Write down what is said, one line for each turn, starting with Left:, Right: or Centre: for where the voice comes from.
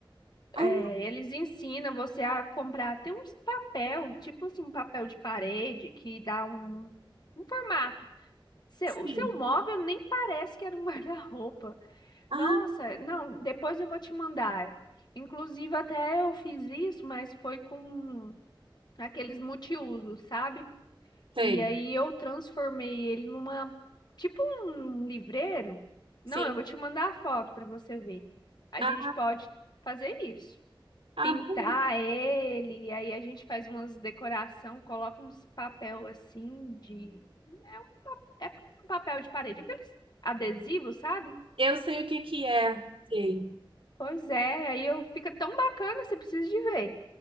Right: Ah,
Left: É, eles ensinam você a comprar. Tem uns papel, tipo assim, um papel de parede que dá um, um formato. Seu-
Right: sim.
Left: o seu móvel nem parece que era um <laughs> guarda-roupa.
Right: Ah,
Left: Nossa, não, depois eu vou te mandar. Inclusive, até eu fiz isso, mas foi com aqueles multiusos, sabe?
Right: sei.
Left: E aí eu transformei ele numa, tipo um livreiro.
Right: Sim.
Left: Não, eu vou te mandar a foto para você ver. A
Right: Ah,
Left: gente pode fazer isso.
Right: ah,
Left: Pintar
Right: bom.
Left: ele, e aí a gente faz umas decoração, coloca uns papel assim de é um, pa- é quase um papel de parede, aqueles adesivos, sabe?
Right: eu sei o que que é. Sei.
Left: Pois é, aí eu fica tão bacana, você precisa de ver.